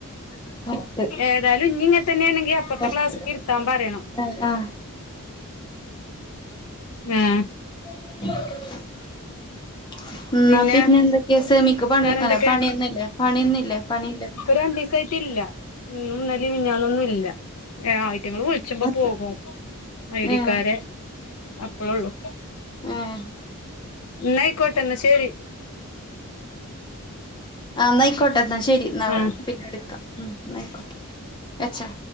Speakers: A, on the left; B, on the left.
A: പൊറത്ത്
B: ഏതാലും ഇഞ്ഞിങ്ങനെതന്നെ ആണെങ്കി പ്പറത്തെ
A: പൊറത്ത്
B: ക്ലാസിക്കിരുത്താം പറയണം
A: ആഹ് ആഹ്
B: ആഹ്
A: <inaudible> ന്നാ
B: പിന്നെ
A: പിന്നെന്തൊക്കെ സെമിക്ക് പണി
B: വേറെ എന്തൊക്കെ
A: പണിയൊന്നില്ലേ പണിയൊന്നുംല്ലേ പണില്ലേ
B: ഇപ്പ രണ്ടീസായിട്ടില്ല ഇന്നുന്നലെ മിഞാനൊന്നുംല്ല ആഹ് യിറ്റങ്ങള് വുള്ച്ചുമ്പോ
A: അത്
B: പോകും ഐഡിക്കാര്
A: ഏഹ്
B: അപ്പഴ്യോള്ളൂ
A: ഏഹ്
B: ന്നായിക്കോട്ടന്ന ശേരി
A: ആഹ് ന്നയിക്കോട്ടെ എന്നാ ശരി എന്നാ
B: ആ
A: പിന്നെടുക്കാം ഉം ന്നയിക്കോട്ടെ വെച്ചോ